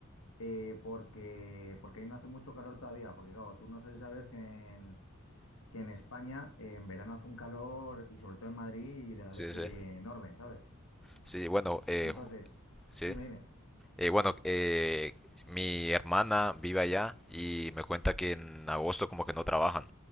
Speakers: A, on the left; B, in the centre.
A: eh, porque, porque ahí no hace mucho calor todavía, porque claro, tú no sé si sabes que en, que en España eh, en verano hace un calor y sobre todo en Madrid y de la
B: sí,
A: le- eh,
B: sí.
A: enorme, ¿sabes?
B: Sí, bueno, eh,
A: Entonces,
B: sí.
A: dime, dime.
B: Eh, bueno, eh, mi hermana vive allá y me cuenta que en agosto como que no trabajan